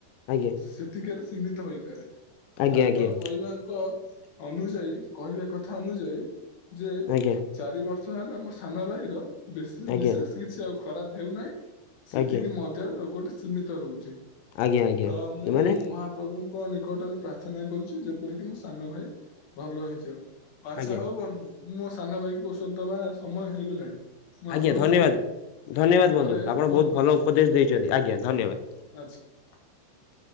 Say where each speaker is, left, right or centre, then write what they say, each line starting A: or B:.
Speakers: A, on the left; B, on the left.
A: ଆଜ୍ଞା
B: ସେତିକିରେ ସୀମିତ ହେଇପାରେ,
A: ଆଜ୍ଞା
B: ଡାକ୍ତର
A: ଆଜ୍ଞା
B: କହିବାଙ୍କ ଅନୁଯାୟୀ କହିବା କଥା ଅନୁଯାୟୀ, ଯେ -ଚାରି
A: ଆଜ୍ଞା
B: ବର୍ଷ ସେ ହେଲେ ଆମ ସାନ ଭାଇ ର
A: ଆଜ୍ଞା
B: ବିଶେଷ କିଛି ଆଉ ଖରାପ ହେଉନାହିଁ, ସେତିକି
A: ଆଜ୍ଞା
B: ମଧ୍ୟ ରୋଗଟ ସୀମିତ ରହୁଛି।
A: ଆଜ୍ଞା ଆଜ୍ଞା
B: ତ ମୁଁ
A: ମାନେ
B: ମହାପ୍ରଭୁଙ୍କ ନିକଟରେ ପ୍ରାର୍ଥନା କରୁଛି, ଯେପରିକି -ମୋ ସାନ ଭାଇ ଭଲ ହେଇଯାଉ। ଆଛା,
A: ଆଜ୍ଞା
B: ହଉ ବନ୍ଧୁ, ମୁଁ ମୋ ସାନ ଭାଇକି ଔଷଧ ଦବା ସମୟ ହେଇଗଲାଣି ମୁଁ
A: ଆଜ୍ଞା
B: ଆପଣଙ୍କୁ
A: ଧନ୍ୟବାଦ, ଧନ୍ୟବାଦ
B: ପରେ
A: ବନ୍ଧୁ, ଆପଣ
B: ଫୋନ
A: ବହୁତ
B: କରୁଛି
A: ଭଲ ଉପଦେଶ ଦେଇଛନ୍ତି, ଆଜ୍ଞା ଧନ୍ୟବାଦ।
B: ଟା ଚେ <unintelligible>